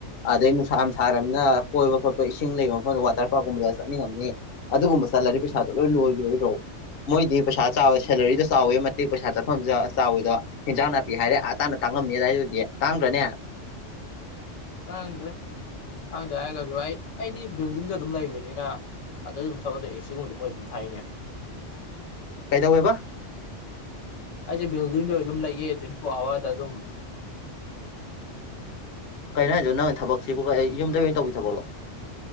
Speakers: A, on the left; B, on the left.
A: ꯑꯗꯩ ꯅꯨꯡꯁꯥ ꯌꯥꯝ ꯁꯥꯔꯕꯅꯤꯅ ꯀꯣꯏꯕ ꯈꯣꯠꯄ ꯏꯁꯤꯡ ꯂꯩꯕ ꯃꯐꯝꯗ ꯋꯥꯇꯔ ꯄꯥꯔꯛꯀꯨꯝꯕꯗ ꯆꯠꯅꯤꯡꯉꯝꯅꯤ ꯑꯗꯨꯒꯨꯝꯕ ꯆꯠꯂꯔꯤ ꯄꯩꯁꯥꯗꯣ ꯂꯣꯏ ꯂꯣꯏꯒꯤ ꯔꯣꯏꯗꯔꯣ ꯃꯣꯏꯗꯤ ꯄꯩꯁꯥ ꯆꯥꯎꯋꯦ ꯁꯦꯂꯔꯤꯗ ꯆꯥꯎꯋꯦ ꯃ... ꯃꯇꯤꯛ ꯄꯩꯁꯥ ꯆꯠꯐꯝꯁꯨ ꯆꯥꯎꯋꯤꯗꯣ ꯍꯤꯟꯖꯥꯡ ꯅꯥꯄꯤ ꯍꯥꯏꯔꯦ ꯑꯥ ꯇꯥꯟꯅ ꯇꯥꯡꯉꯝꯅꯤ ꯑꯗꯥꯏꯗꯨꯗꯤ ꯇꯥꯡꯗ꯭ꯔꯅꯦ
B: ꯇꯥꯪꯗꯦꯗ ꯇꯥꯡꯗꯦ ꯍꯥꯏꯔꯒꯁꯨ ꯑꯩ ꯑꯩꯗꯤ ꯕꯤꯜꯗꯤꯡꯗ ꯑꯗꯨꯝ ꯂꯩꯕꯅꯤꯅ ꯑꯗ ꯑꯗꯨꯝ ꯊꯕꯛ <unintelligible> ꯑꯦ ꯁꯤ ꯒꯨꯝꯕꯗꯤ ꯃꯣꯏ ꯑꯗꯨꯝ ꯊꯥꯏꯅꯦ
A: ꯀꯩꯗꯧꯋꯦꯕ
B: ꯑꯩꯗꯤ ꯕꯤꯜꯗꯤꯡꯗ ꯑꯗꯨꯝ ꯂꯩꯌꯦ ꯇ꯭ꯋꯦꯟꯇꯤ ꯐꯣꯔ ꯑꯋꯥꯔꯗ ꯑꯗꯨꯝ
A: ꯀꯩꯅꯣ ꯍꯥꯏꯁꯤꯕꯣ ꯅꯪ ꯊꯕꯛꯁꯤꯕꯨ ꯀꯩ ꯌꯨꯝꯗꯩ ꯑꯣꯏꯅ ꯇꯧꯕꯤ ꯊꯕꯛꯂꯣ